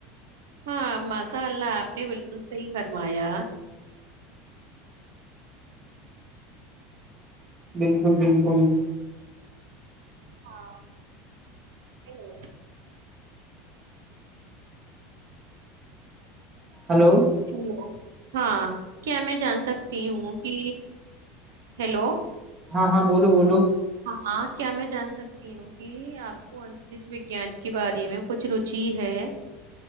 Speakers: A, on the right (about 80°); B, on the right (about 35°).
A: ہاں ماساء اللہ آپ نے بالکل صحیح فرمایا
B: بالکل بالکل
A: ہاںلو
B: ہلو
A: ہیلو ہاں کیا میں جان سکتی ہوں کہ ہیلو
B: ہاں ہاں بولو بولو
A: ہاں کیا میں جان سکتی ہوں کہ آپ کو انترچھ وجان کے بارے میں کچھ روچی ہے